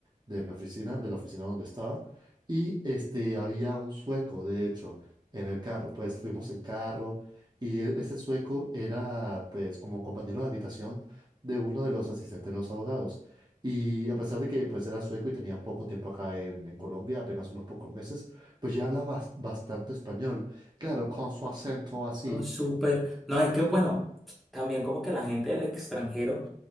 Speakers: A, on the right; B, in the centre.
A: de mi oficina, de la oficina donde estaba, y este, había un sueco, de hecho, en el carro. Pues fuimos en carro y e- ese sueco era, pues, como un compañero de habitación de uno de los asistentes de los abogados. Y a pesar de que, pues, era sueco y tenía poco tiempo acá en, en Colombia, apenas unos pocos meses, pues ya habla bas- bastante español. Claro, con su acento así.
B: No, súper. No, es que bueno, también como que la gente del extranjero,